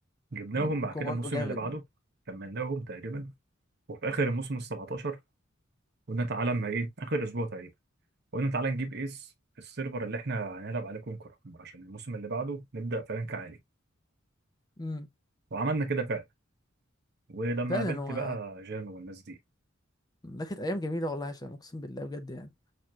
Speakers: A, on the right; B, on the left.
A: جبناهم
B: أمم.
A: بعد
B: كوماندو
A: كده الموسم
B: جامد
A: اللي بعده كملناهم تقريبا وفي اخر الموسم ال 17 قلنا تعالى اما ايه اخر اسبوع تقريبا قلنا تعالى نجيب ايس السيرفر اللي احنا هنلعب عليه كونكر عشان الموسم اللي بعده نبدا في رانك عالي
B: امم
A: وعملنا كده فعلا ولما
B: فعلا
A: قابلت
B: هو
A: بقى جانو والناس دي
B: ده كانت ايام جميله والله يا هشام اقسم بالله بجد يعني